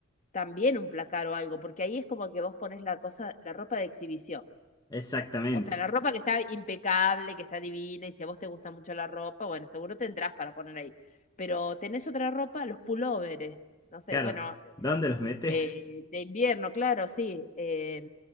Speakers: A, on the left; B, on the left.
A: también un placar o algo, porque ahí es como que vos pones la cosa, la ropa de exhibición.
B: Exactamente.
A: O sea, la ropa que está impecable, que está divina, y si a vos te gusta mucho la ropa, bueno, seguro tendrás para poner ahí. Pero tenés otra ropa, los pulóveres, no sé,
B: Claro,
A: bueno,
B: ¿dónde los metes?
A: eh,
B: <laughs>
A: de invierno, claro, sí, eh,